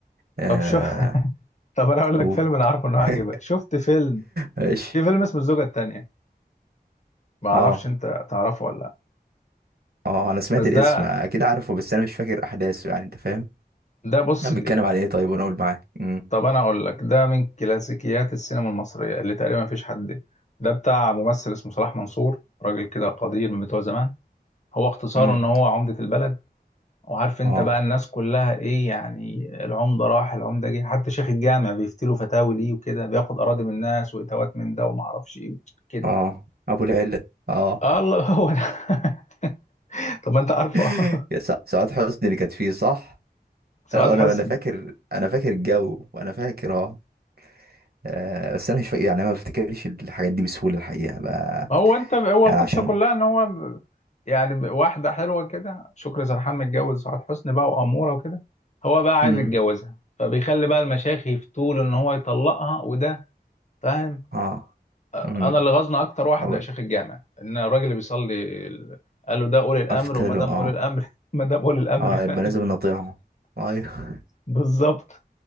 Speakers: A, on the right; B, on the left.
A: آه
B: طب شو <laughs> طب انا اقول
A: قول
B: لك فيلم انا عارفه انه هيعجبك
A: <laughs>
B: شفت فيلم
A: ماشي
B: في فيلم اسمه الزوجة التانية ما اعرفش
A: اه
B: انت تعرفه ولا لا
A: اه انا سمعت
B: بس
A: الاسم
B: ده
A: اكيد عارفه بس انا مش فاكر احداثه يعني انت فاهم
B: ده بص
A: انا بيتكلم على ايه طيب وانا اقول معاك امم
B: طب انا اقول لك ده من كلاسيكيات السينما المصريه اللي تقريبا مفيش حد ده بتاع ممثل اسمه صلاح منصور راجل كده قدير من بتوع زمان هو اختصاره
A: امم
B: ان هو عمده البلد وعارف انت
A: اه
B: بقى الناس كلها ايه يعني العمده راح العمده جه حتى شيخ الجامع بيفتلوا فتاوي ليه وكده بياخد اراضي من الناس واتاوات من ده وما اعرفش ايه كده
A: اه ابو العلة اه
B: الله هو ده <laughs> طب ما انت عارفه
A: <laughs> يا سع- سعاد حسني اللي كانت فيه صح
B: <laughs> سعاد
A: آه، وانا
B: حسني
A: انا فاكر انا فاكر الجو وانا فاكر اه آه، بس انا مش فاكر يعني أنا ما بفتكرش الحاجات دي بسهوله الحقيقه بقى
B: هو انت هو القصه
A: يعني عشان
B: كلها ان هو ب- يعني ب- واحده حلوه كده شكري سرحان متجوز سعاد حسني بقى واموره وكده هو بقى عايز
A: امم
B: يتجوزها فبيخلي بقى المشايخ يفتوا له ان هو يطلقها وده فاهم
A: اه
B: آه،
A: امم
B: انا اللي غاظنا اكتر واحد
A: او
B: شيخ الجامع ان الراجل اللي بيصلي ال- قال له ده اولي الامر
A: افتله
B: وما دام
A: اه
B: اولي الامر <laughs> ما دام اولي الامر
A: اه
B: فاهم
A: يبقى لازم نطيعه ايوه
B: بالظبط